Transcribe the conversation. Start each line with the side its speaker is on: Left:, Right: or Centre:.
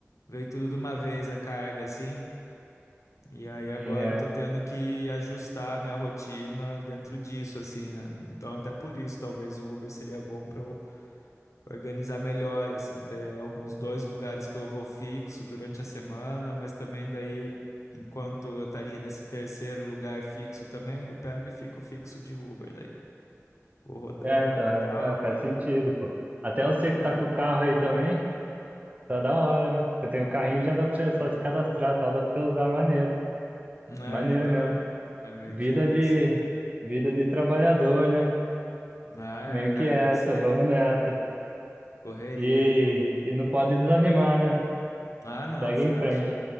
Left: veio tudo de uma vez a carga, assim. E aí
Right: sim,
Left: agora
Right: é.
Left: eu tô tendo que ajustar a minha rotina dentro disso, assim, né? Então até por isso, talvez o Uber seria bom pra eu organizar melhor, assim, ter alguns dois lugares que eu vou fixo durante a semana, mas também daí, enquanto eu estaria nesse terceiro lugar fixo também, eu pego e fico fixo de Uber daí. Vou rodando
Right: É, então, é,
Left: e tal,
Right: é, faz
Left: né?
Right: sentido, pô. Até você que
Left: É,
Right: tá com o carro aí também, tá da hora, né? Você tem o carrinho, já
Left: é,
Right: dá pra você
Left: então.
Right: só se cadastrar, tal, dá pra você usar, maneiro.
Left: É,
Right: Maneiro
Left: então.
Right: mesmo.
Left: É meio
Right: Vida
Left: que essa.
Right: de, vida de trabalhador, né?
Left: Ah, é,
Right: Meio
Left: cara,
Right: que essa,
Left: tem que ser
Right: vamos nessa.
Left: correria.
Right: E, e não pode desanimar, né?
Left: Ah, não,
Right: Segue
Left: você
Right: em
Left: acha?
Right: frente.